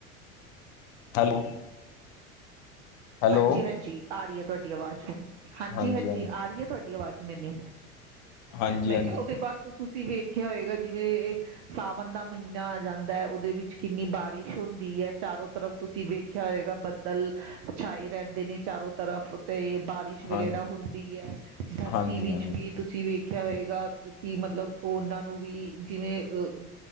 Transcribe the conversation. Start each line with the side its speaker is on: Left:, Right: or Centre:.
Left: ਹੈਲੋ, ਹੈਲੋ
Right: ਹਾਂਜੀ-ਹਾਂਜੀ, ਆ ਰਈ ਐ ਤੁਹਾਡੀ ਆਵਾਜ਼ ਹੁਣ, ਹਾਂਜੀ-ਹਾਂਜੀ,
Left: ਹਾਂਜੀ ਹਾਂਜੀ
Right: ਆ ਰਈ ਐ ਤੁਹਾਡੀ ਆਵਾਜ਼ ਮੈਨੂੰ।
Left: ਹਾਂਜੀ
Right: ਮੈਂ
Left: ਹਾਂਜੀ
Right: ਕਿਹਾ ਉਹਦੇ ਬਾਅਦ ਤੁਸੀਂ ਵੇਖਿਆ ਹੋਏਗਾ, ਜਿਵੇਂ ਇਹ ਸਾਵਣ ਦਾ ਮਹੀਨਾ ਆ ਜਾਂਦਾ ਐ, ਉਹਦੇ ਵਿੱਚ ਕਿੰਨੀ ਬਾਰਿਸ਼ ਹੁੰਦੀ ਐ ਚਾਰੋ ਤਰਫ। ਤੁਸੀਂ ਵੇਖਿਆ ਹੋਏਗਾ, ਬੱਦਲ ਛਾਏ ਰਹਿੰਦੇ ਨੇ ਚਾਰੋਂ ਤਰਫ ਤੇ ਬਾਰਿਸ਼ ਵਗੈਰਾ
Left: ਹਾਂਜੀ
Right: ਹੁੰਦੀ ਐ, ਧਰਤੀ
Left: ਹਾਂਜੀ
Right: ਵਿੱਚ ਵੀ ਤੁਸੀਂ ਵੇਖ ਵੇਖਿਆ ਹੋਏਗਾ ਕਿ ਮਤਲਬ ਉਹਨਾਂ ਨੂੰ ਵੀ ਜਿਵੇਂ ਅ